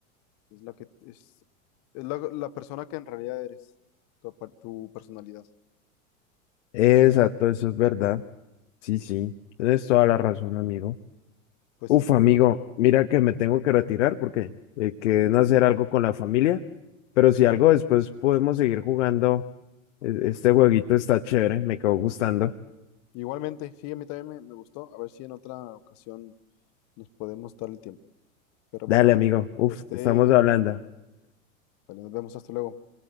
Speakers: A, on the left; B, on the left.
A: Es la que es, es la, la persona que en realidad eres, tu, apar- tu personalidad.
B: Exacto, eso es verdad. Sí, sí, tienes toda la razón, amigo.
A: Pues
B: Uf,
A: hijo
B: amigo,
A: eh,
B: mira que me tengo que retirar porque eh, quedé en hacer algo con la familia, pero si algo después podemos seguir jugando, E- este jueguito está chévere, me quedó gustando.
A: Igualmente, sí, a mí también me, me gustó. A ver si en otra ocasión nos podemos dar el tiempo. Pero
B: Dale,
A: bueno,
B: amigo. Uf,
A: este,
B: estamos hablando.
A: vale, nos vemos, hasta luego.